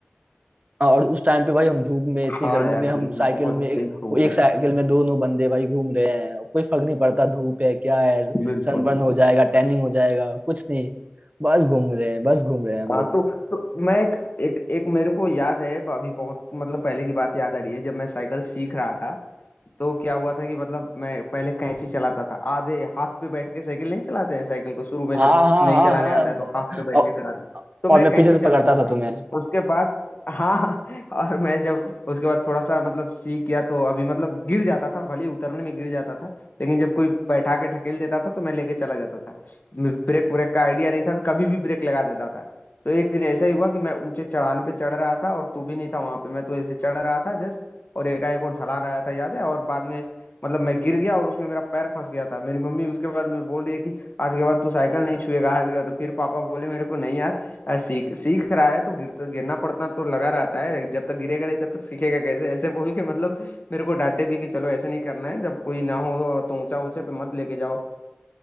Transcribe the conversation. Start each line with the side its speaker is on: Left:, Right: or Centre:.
Right: हाँ, और उस टाइम पे भाई हम धूप में इतनी
Left: हाँ
Right: गर्मी
Left: यार
Right: में हम
Left: बिल्कुल
Right: साइकिल
Left: बहुत
Right: में
Left: तेज धूप
Right: वो एक
Left: है
Right: साइकिल में दोनों बंदे भाई घूम रहे हैं और कोई फर्क नहीं पड़ता धूप है क्या है
Left: बिल्कुल
Right: सनबर्न हो जाएगा टैनिंग हो जाएगा कुछ नहीं बस घूम रहे हैं बस घूम रहे हैं हम
Left: हाँ
Right: लोग
Left: तो, तो मैं एक, एक एक मेरे को याद है अभी बहुत मतलब पहले की बात याद आ रही है जब मैं साइकिल सीख रहा था तो क्या हुआ था कि मतलब मैं पहले कैंची चलाता था आधे हाथ पे बैठ के साइकिल नहीं चलाते हैं साइकिल को शुरू में
Right: हाँ
Left: जब
Right: हाँ
Left: नहीं
Right: हाँ
Left: चलाने
Right: हाँ
Left: आता है तो हाथ पे बैठ
Right: और
Left: के चलाते तो
Right: और
Left: मैं
Right: मैं
Left: कैंची
Right: पीछे से
Left: चलाता
Right: पकड़ता था
Left: था
Right: तुम्हें
Left: उसके बाद हाँ <laughs> और मैं जब उसके बाद थोड़ा सा मतलब सीख गया तो अभी मतलब गिर जाता था भले ही उतरने में गिर जाता था लेकिन जब कोई बैठा के ढकेल देता था तो मैं लेके चला जाता था ब्रेक ब्रेक का आइडिया नहीं था तो कभी भी ब्रेक लगा देता था तो एक दिन ऐसा ही हुआ कि मैं ऊंचे चढ़ान पे चढ़ रहा था और तू भी नहीं था वहां पे मैं तो ऐसे चढ़ रहा था जस्ट और एकाएक वो ढलान आया था याद है और बाद में मतलब मैं गिर गया और उसमें मेरा पैर फंस गया था मेरी मम्मी उसके बाद में बोल रही है कि आज के बाद तू साइकिल नहीं छुएगा आज के बाद तो फिर पापा बोले मेरे को नहीं यार आ, सीख सीख रहा है तो गिरता गिरना पड़ता तो लगा रहता है जब तक गिरेगा नहीं तब तक सीखेगा कैसे ऐसे बोल के मतलब मेरे को डांटे भी कि चलो ऐसे नहीं करना है जब कोई ना हो तो ऊंचा ऊंचा पे मत लेके जाओ